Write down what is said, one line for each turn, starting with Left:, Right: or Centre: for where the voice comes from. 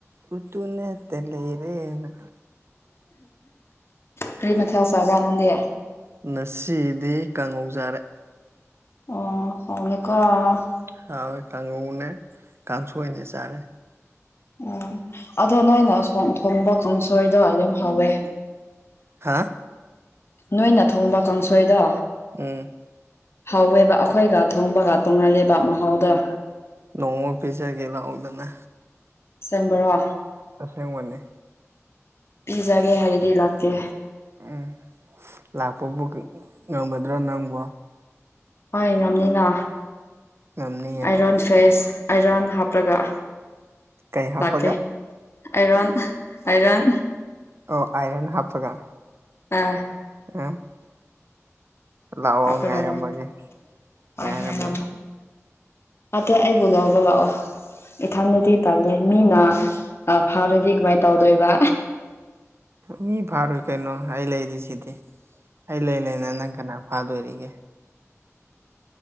Right: ꯎꯗꯨꯅꯇ ꯂꯩꯔꯦꯅ꯫
Left: ꯀꯔꯤ ꯃꯊꯦꯜ ꯆꯥꯕ ꯅꯪꯗꯤ꯫
Right: ꯉꯁꯤꯗꯤ ꯀꯥꯡꯉꯧ ꯆꯔꯦ꯫
Left: ꯑꯣ ꯍꯧꯕꯅꯦꯀꯣ꯫
Right: ꯍꯥꯎꯋꯦ ꯀꯥꯡꯉꯧꯅꯦ ꯀꯥꯡꯁꯣꯏꯅꯦ ꯆꯥꯔꯦ꯫
Left: ꯎꯝ ꯑꯗꯣ ꯅꯣꯏꯅ ꯊꯣꯡꯕ ꯀꯥꯡꯁꯣꯏꯗꯣ ꯌꯥꯝ ꯍꯥꯎꯋꯦ꯫
Right: ꯍꯥꯥ꯫
Left: ꯅꯣꯏꯅ ꯊꯣꯡꯕ ꯀꯥꯡꯁꯣꯏꯗꯣ꯫
Right: ꯎꯝ꯫
Left: ꯍꯥꯎꯋꯦꯕ ꯑꯩꯈꯣꯏꯒ ꯊꯣꯡꯕꯒ ꯇꯣꯡꯍꯜꯂꯦꯕ ꯃꯍꯥꯎꯗꯣ꯫
Right: ꯅꯣꯡꯃ ꯄꯤꯖꯒꯦ ꯂꯥꯛꯑꯣꯗꯅ꯫
Left: ꯑꯁꯦꯡꯕꯔꯣ꯫
Right: ꯑꯁꯦꯡꯕꯅꯦ꯫
Left: ꯄꯤꯖꯒꯦ ꯍꯥꯏꯔꯗꯤ ꯂꯥꯛꯀꯦ꯫
Right: ꯎꯝ ꯂꯥꯛꯄꯕꯨ ꯉꯝꯒꯗ꯭ꯔꯥ ꯅꯪꯕꯣ꯫
Left: ꯍꯣꯏ ꯉꯝꯅꯤꯅ
Right: ꯉꯝꯅꯤꯌꯦ
Left: ꯑꯥꯏꯔꯣꯟ ꯐꯦꯁ ꯑꯥꯏꯔꯟ ꯍꯥꯞꯂꯒ
Right: ꯀꯩ ꯍꯥꯞꯄꯒ
Left: ꯂꯥꯛꯀꯦ꯫ ꯑꯥꯏꯔꯣꯟ ꯑꯥꯏꯔꯟ꯫
Right: ꯑꯣ ꯑꯥꯏꯔꯟ ꯍꯥꯞꯄꯒ꯫
Left: ꯑꯥ꯫
Right: <unintelligible> ꯂꯥꯛꯑꯣ
Left: ꯑꯄꯒꯦꯗꯥ
Right: ꯉꯥꯏꯔꯝꯃꯒꯦ ꯉꯥꯏꯔꯝꯃꯒꯦ
Left: ꯑꯦ ꯑꯩꯕꯨ ꯂꯧꯕ ꯂꯥꯛꯑꯣ ꯏꯊꯟꯗꯗꯤ ꯇꯜꯂꯦ ꯃꯤꯅ ꯐꯔꯗꯤ ꯀꯃꯥꯏꯅ ꯇꯧꯗꯣꯏꯕ
Right: ꯃꯤ ꯐꯥꯔꯨꯏ ꯀꯩꯅꯣ ꯑꯩ ꯂꯩꯔꯤꯁꯤꯗꯤ ꯑꯩ ꯂꯩ ꯂꯩꯅꯦ ꯅꯪ ꯀꯅꯥ ꯑꯥꯗꯔꯤꯒꯦ